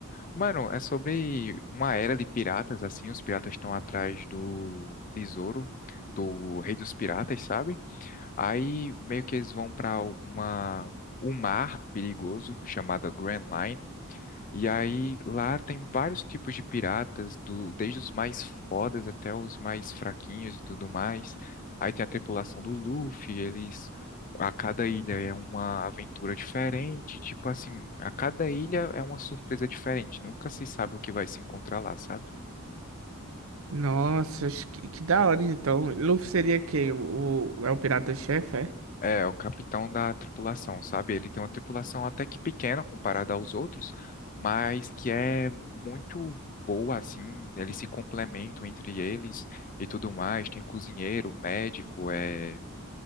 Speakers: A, on the left; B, on the right.
A: Mano, é sobre uma era de piratas, assim, os piratas estão atrás do tesouro do rei dos piratas, sabe? Aí meio que eles vão pra uma um mar perigoso chamado Grand Line. E aí lá tem vários tipos de piratas, do, desde os mais fodas até os mais fraquinhos e tudo mais. Aí tem a tripulação do Luffy, eles a cada ilha é uma aventura diferente, tipo assim, a cada ilha é uma surpresa diferente, nunca se sabe o que vai se encontrar lá, sabe?
B: Nossa, acho que, que da hora então. Luffy seria quem? O, o- é o pirata-chefe, é?
A: É, o capitão da tripulação, sabe? Ele tem uma tripulação até que pequena comparada aos outros, mas que é muito boa, assim. Eles se complementam entre eles e tudo mais. Tem cozinheiro, médico, é...